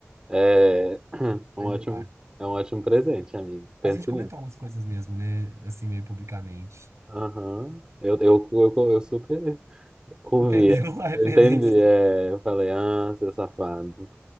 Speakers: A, on the right; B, on the right.
A: É <clears throat> um
B: Ele,
A: ótimo,
B: ah.
A: é um ótimo presente, amigo. Pense
B: A gente comentou umas coisas mesmo, né? Assim, meio publicamente.
A: Aham. Eu, eu, eu, eu super
B: <laughs>
A: ouvia.
B: Entendeu a referência?
A: Eu Entendi. É, eu falei, ah, seu safado.